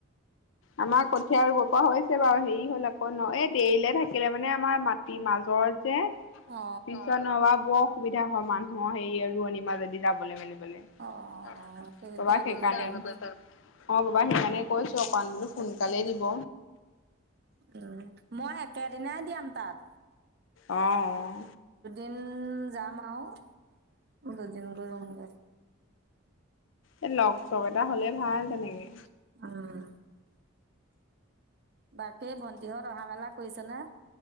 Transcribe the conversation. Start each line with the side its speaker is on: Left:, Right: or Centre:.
Left: আমাক কঠিয়া ৰুব পৰা হৈছে বাৰু, হেৰি হ'ল আকৌ ন এই দেৰিলে থাকিলে মানে আমাৰ মাটিৰ মাজৰ পিছত
Right: অ
Left: নহবা বৰ অসুবিধা হয়, মানুহৰ সেই ৰোৱনী মাজদি যাবলৈ মেলিব
Right: অ সেইটোকে
Left: অব
Right: আগতীয়াকে
Left: সেইকাৰণে <unintelligible>
Right: ৰুব
Left: অ' বাবা সেইকাৰণে কৈছো অকণ বোলো সোনকালেই দিব।
Right: উম মই একেদিনাই দিয়াম তাত।
Left: অঁ অঁ
Right: ওঁ যাম আৰু দুদিন গৈ ৰুমগৈ।
Left: এ লগ চগ এটা হ'লে ভাল তেনেকে।
Right: অঁ বাকী ভন্টিহ'ত অহা মেলা কৰিছে নে?